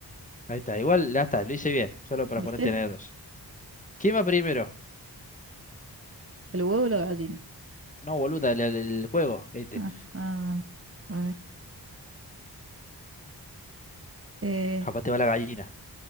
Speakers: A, on the left; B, on the right.
A: Ahí está, igual ya está, lo hice bien, solo para
B: ¿Viste?
A: ponerte nervioso. ¿Quién va primero?
B: El huevo y la gallina.
A: No, boluda, el, el- el juego, este.
B: Ajá. A ver. Eh,
A: Capaz te va la gallina.